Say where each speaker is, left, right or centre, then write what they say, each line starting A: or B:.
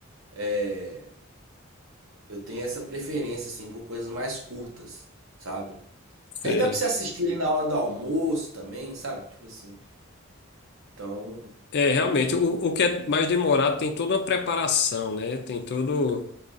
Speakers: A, on the right; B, on the left.
A: é, eu tenho essa preferência, assim, por coisas mais curtas, sabe?
B: sei.
A: Porque aí dá pra você assistir ali na hora do almoço também, sabe? Tipo assim. Então,
B: É, é, realmente,
A: prefiro.
B: o, o que é mais demorado tem toda uma preparação, né? Tem todo